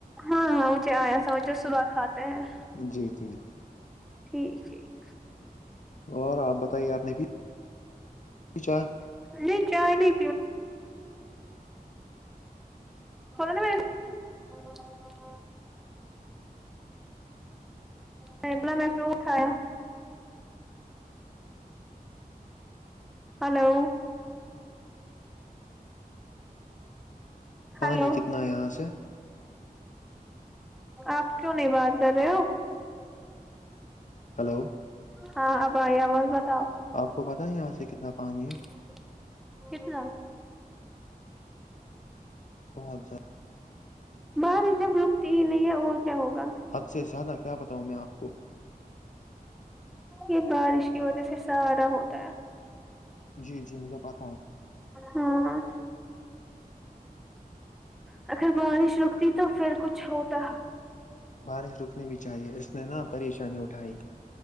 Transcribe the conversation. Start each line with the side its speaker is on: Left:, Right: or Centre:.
Centre: ہاں ہاں مجھے آیا سمجھ صبح کھاتے ہیں
Left: جی جی
Centre: ٹھیک ٹھیک
Left: اور آپ بتائیے آپ نے بھی پوچھا
Centre: نہیں چائے نہیں ک سبلا میں پھر اٹھایا ہلو
Left: پانی
Centre: ہلو
Left: کتنا ہے یہاں سے
Centre: آپ کیوں نہیں بات کر رہے ہو
Left: ہلو
Centre: ہاں آبھائی آواز بتاؤ
Left: آپ کو پت ہے یہاں سے کتنا پانی ہے
Centre: فف کتنان
Left: بہتچ جا
Centre: بار جب رکتی ہی نہیں ہے اور کیا ہوگا
Left: حد سے زیادہ کیا بتاؤں میں آپ کو
Centre: یہ بارش کی وجہ سے سارا ہوتا ہے
Left: جی جی مجھے پت ہے
Centre: ہاں اگر بارش رکتی تو پھر کچھ ہوتا
Left: بارش رکنی بھی چاہیے اس نے نا پریشانی اٹھائی